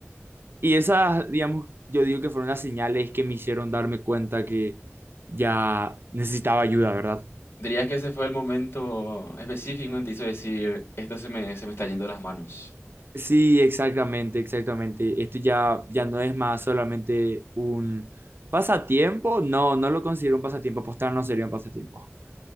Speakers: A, on the right; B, on the left.
A: Y esas, digamos, yo digo que fueron las señales que me hicieron darme cuenta que ya necesitaba ayuda, ¿verdad?
B: Diría que ese fue el momento específico en que te hizo decir, esto se me, se me está yendo de las manos.
A: Sí, exactamente, exactamente. Esto ya, ya no es más solamente un pasatiempo. No, no lo considero un pasatiempo. Apostar no sería un pasatiempo.